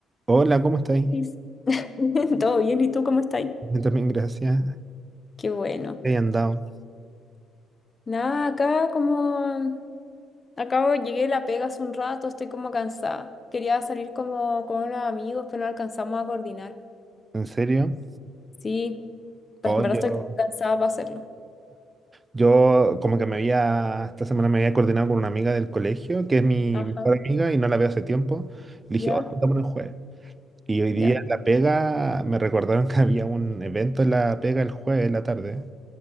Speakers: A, on the right; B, on the left.
A: Hola, ¿cómo estáis?
B: Is- <laughs> Todo bien, ¿y tú cómo estás?
A: Yo También, gracias.
B: Qué bueno.
A: ¿Te hayan dado?
B: Nada, acá como acabo, llegué de la pega hace un rato, estoy como cansada. Quería salir como con unos amigos, pero no alcanzamos a coordinar.
A: ¿En serio?
B: Sí, pues
A: Oh,
B: en verdad
A: yo,
B: estoy cansada para hacerlo.
A: yo como que me había, esta semana me había coordinado con una amiga del colegio, que es mi
B: Ajá,
A: mejor amiga y no la veo hace tiempo. Le dije,
B: ya,
A: oh, juntémonos el jueves. Y hoy día
B: ya.
A: en la pega me recordaron <laughs> que había un evento en la pega el jueves en la tarde.